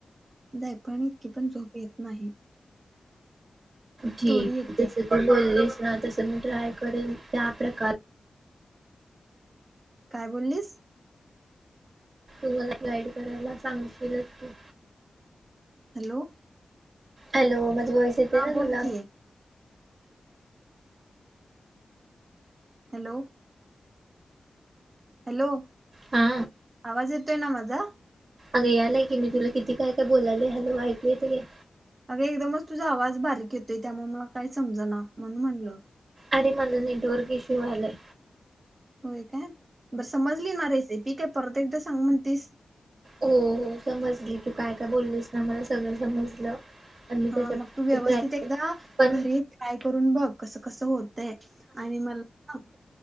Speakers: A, on the right; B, on the right.
A: जायफळने इतकी पण झोप येत नाही.
B: ठीक
A: थोडी येत्या
B: तस पण बोललीस तस मी ट्राय करेल त्या प्रकार
A: काय बोल्लीस?
B: तू मला गाईड करायला सांगशीलच की.
A: हॅलो.
B: हॅलो. वाईस येते
A: हा
B: ना
A: बोल
B: तुला
A: की हॅलो हॅलो
B: हा
A: आवाज ये ते ना माझा.
B: अगं यालाय की मी तुला किती काय काय बोलालोय, हॅलो ऐकू येतंय काय?
A: अगं एकदमच तुझा आवाज बारीक येतोय त्यामुळे मला काय समजना म्हणुन म्हणलं.
B: अरे मला नेटवर्क इश्यु व्हालंय.
A: होय काय बर समजली ना रेसि पी काय परत एकदा सांगु म्हणतीस.
B: हो हो समजली तू काय काय बोललीस ना मला सगळं समजलं. आणि मी
A: हा
B: त्याच्या
A: मग तू व्यवस्थित
B: ट्रॅक
A: एकदा
B: पण
A: घरी ट्राय करून बघ कस कसं होत ते आणि मला सांग